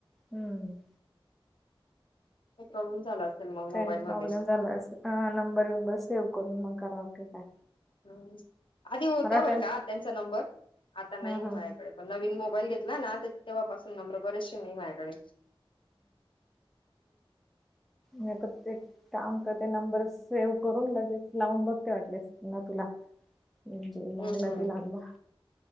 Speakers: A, in the centre; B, on the left.
A: हम्म
B: काय प्रॉब्लेम झाला असेल मग
A: काही
B: मोबाईल
A: प्रॉब्लेम
B: मध्ये
A: झाला असेल हा नंबर विंबर सेव्ह करून मग कराव की काय
B: हम्म आधी होता
A: मला वाटलं
B: बरं का त्यांचा नंबर आता नाहीये
A: हा हा
B: माझ्याकडे पण नवीन मोबाईल घेतला ना तेव्हापासून नंबर बरेचसे माझ्याकडे
A: म त ते एक त्या अंक ते नंबर सेव्ह करून लगेच लावून बघते वाटलेसना तुला म्हणजे लागला
B: हं हं
A: ते लागला